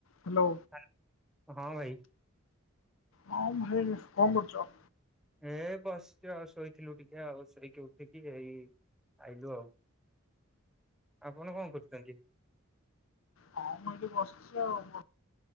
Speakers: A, on the left; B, in the centre.
A: Hello
B: ହଁ ଭାଇ
A: ହଉ ଭାଇ କଣ କରୁଛ?
B: ହେ ବସିଚୁ ଆଉ ଶୋଇଥିଲୁ ଟିକେ ଆଉ ସେରକି ଉଠିକି ଏଇ ଆଇଲୁ ଆଉ ଆପଣ କଣ କରୁଛନ୍ତି?
A: ହ ମୁଁ ଏଠି ବସିଛ ଆ